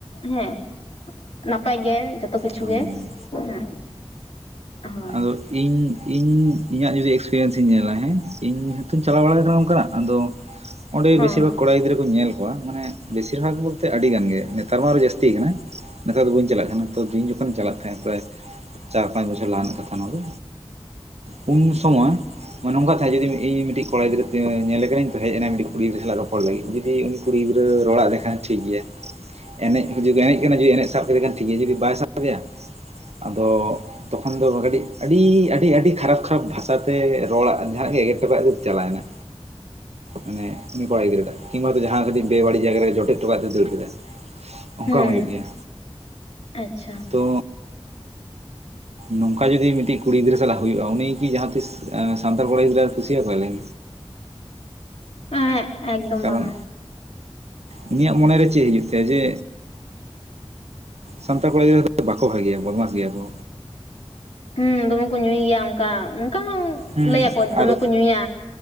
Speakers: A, on the left; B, on the right.
A: ᱦᱮᱸ ᱱᱟᱯᱟᱭ ᱜᱮ ᱡᱷᱚᱛᱚ ᱠᱤᱪᱷᱩ
B: ᱦᱩᱸ
A: ᱜᱮ ᱦᱮᱸ ᱦᱳᱭ
B: ᱛᱚ ᱤᱧ ᱤᱧ ᱤᱧᱟᱹᱜ ᱡᱩᱫᱤ ᱮᱥᱯᱨᱤᱭᱮᱱᱥ ᱤᱧ ᱧᱮᱞᱟ ᱦᱮᱸ ᱤᱧ ᱦᱚᱸᱛᱩᱧ ᱪᱟᱞᱟᱣ ᱵᱟᱲᱟ ᱟᱠᱟᱱᱟ ᱚᱱᱠᱟᱱᱟᱜ ᱟᱫᱚ ᱚᱸᱰᱮ
A: ᱦᱚᱸ
B: ᱵᱮᱥᱤᱨ ᱵᱷᱟᱜ ᱠᱚᱲᱟ ᱜᱤᱫᱽᱨᱟᱹ ᱠᱚ ᱧᱮᱞ ᱠᱚᱣᱟ ᱢᱟᱱᱮ ᱵᱮᱥᱤᱨ ᱵᱷᱟᱜ ᱵᱚᱞᱛᱮ ᱟᱹᱰᱤ ᱜᱟᱱ ᱜᱮ ᱱᱮᱛᱟᱨ ᱢᱟ ᱟᱨᱦᱚᱸ ᱡᱟᱥᱛᱤ ᱠᱟᱱᱟ᱾ ᱱᱮᱛᱟᱨ ᱫᱚ ᱵᱟᱹᱧ ᱪᱟᱞᱟᱜ ᱠᱟᱱᱟ ᱤᱧ ᱡᱚᱠᱷᱚᱱᱤᱧ ᱪᱟᱞᱟᱜ ᱛᱟᱦᱮᱸ ᱯᱨᱟᱭ ᱪᱟᱨ ᱯᱟᱸᱪ ᱵᱚᱪᱷᱚᱨ ᱞᱟᱦᱟ ᱨᱮᱱᱟᱜ ᱠᱟᱛᱷᱟ ᱚᱱᱟ ᱫᱚ ᱩᱱ ᱥᱚᱢᱚᱭ ᱱᱚ-ᱚᱭ ᱱᱚᱝᱠᱟ ᱠᱟᱛᱷᱟ ᱡᱩᱫᱤ ᱤᱧ ᱠᱚᱲᱟ ᱜᱤᱫᱽᱨᱟᱹ ᱧᱮᱞᱮ ᱠᱟᱱᱟᱹᱧ ᱛᱚ‌ ᱦᱮᱡ ᱮᱱᱟ ᱢᱤᱫᱴᱤᱡ ᱠᱩᱱᱤ ᱜᱤᱫᱽᱨᱟᱹ ᱥᱟᱞᱟᱜ ᱨᱚᱯᱚᱲ ᱞᱟᱹᱜᱤᱫ, ᱡᱩᱫᱤ ᱠᱩᱲᱤ ᱜᱤᱫᱽᱨᱟᱹ ᱨᱚᱲ‌-ᱟᱜ ᱞᱮᱠᱷᱟᱱ ᱴᱷᱤᱠ ᱜᱮᱭᱟ᱾ ᱮᱱᱮᱡ ᱡᱩᱫᱤ‌ᱠᱚ ᱮᱱᱮᱡ ᱠᱟᱱᱟ ᱡᱮ ᱮᱱᱮᱡ ᱥᱟᱵ ᱠᱮᱫᱮ ᱠᱷᱟᱱ ᱴᱷᱤᱠ ᱜᱮᱭᱟ ᱡᱩᱫᱤ ᱵᱟᱭ ᱥᱟᱵ ᱠᱮᱫᱮᱭᱟ᱾ ᱟᱫᱚ ᱛᱚᱠᱷᱚᱱ ᱫᱚ ᱠᱟᱹᱴᱤᱡ ᱟᱹᱰᱤ ᱟᱹᱰᱤ ᱠᱷᱟᱨᱟᱯ ᱵᱷᱟᱥᱟᱛᱮ ᱨᱚᱲᱟᱜ ᱡᱟᱦᱱᱟᱜ ᱜᱮ ᱮᱜᱮᱨ ᱦᱚᱴᱚᱜ ᱠᱟᱫ ᱛᱮ ᱪᱟᱞᱟᱣ‌ ᱮᱱᱟ᱾ ᱢᱟᱱᱮ ᱩᱱᱤ ᱠᱚᱲᱟᱭ ᱜᱤᱫᱨᱟᱹᱴᱟᱜ ᱠᱤᱝᱵᱟ ᱛᱳ ᱡᱟᱦᱟᱸ ᱨᱮ ᱠᱟᱹᱴᱤᱡ ᱵᱮ-ᱵᱟᱹᱲᱤᱢ ᱡᱟᱭᱜᱟ ᱨᱮ ᱡᱚᱴᱮᱫ‌‌ᱦᱚᱴᱚᱜ ‌ᱠᱟᱫ ᱛᱮ ᱫᱟᱹᱲ ᱠᱮᱫᱟᱭ᱾ ᱚᱱᱠᱟ
A: ᱦᱮᱸ
B: ᱦᱩᱭᱩᱜ ᱜᱮᱭᱟ
A: ᱟᱪᱪᱷᱟ
B: ᱛᱚ ᱱᱚᱝᱠᱟ ᱡᱩᱫᱤ ᱢᱤᱫᱴᱤᱡ ᱠᱩᱲᱤ ᱜᱤᱫᱽᱨᱟᱹ ᱥᱟᱞᱟᱜ ᱦᱩᱭᱩᱜᱼᱟ, ᱩᱱᱤᱜᱤ ᱠᱤ ᱡᱟᱦᱟᱸ ᱛᱤᱥ ᱥᱟᱱᱛᱟᱲ ᱠᱚᱲᱟ ᱜᱤᱫᱽᱨᱟᱹ ᱠᱩᱥᱤ ᱟᱠᱚᱣᱟ ᱞᱟᱹᱭ
A: ᱮᱸ ᱮᱠᱫᱚᱢ
B: ᱠᱟᱨᱚᱱ
A: ᱵᱟᱝᱟ
B: ᱩᱱᱤᱭᱟᱜ ᱢᱚᱱᱮ ᱨᱮ ᱪᱮᱫ ᱦᱩᱭᱩᱜ ᱛᱟᱭᱟ ᱡᱮ, ᱥᱟᱱᱛᱟᱲ ᱠᱚᱲᱟ ᱜᱤᱫᱽᱨᱟᱹ ᱵᱟᱠᱚ ᱵᱷᱟᱜᱮᱭᱟ ᱵᱚᱫᱢᱟᱥ ᱜᱮᱭᱟ ᱠᱚ
A: ᱦᱩᱸ ᱫᱚᱢᱮ ᱠᱚ ᱧᱩᱭ ᱜᱮᱭᱟ ᱚᱱᱠᱟ ᱦᱚᱸ
B: ᱦᱮᱸ
A: ᱞᱟᱹᱭᱟᱠᱚ
B: ᱟᱨ
A: ᱫᱚᱢᱮ ᱠᱚ ᱧᱩᱭᱟ